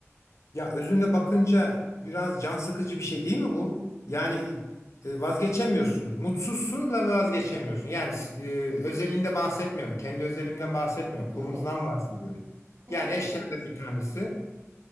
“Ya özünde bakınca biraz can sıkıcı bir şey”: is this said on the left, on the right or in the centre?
Left